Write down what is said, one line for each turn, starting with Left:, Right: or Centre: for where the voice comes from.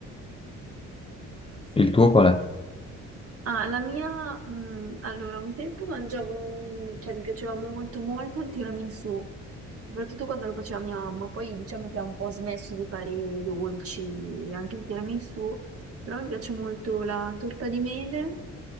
Left: Il tuo qual è?
Right: Ah, la mia... mm, allora, un tempo mangiavo... un- cioè, mi piaceva molto molto il tiramisù, soprattutto quando lo faceva mia mamma. Poi diciamo che ha un po' smesso di fare i dolci e anche il tiramisù, però mi piace molto la torta di mele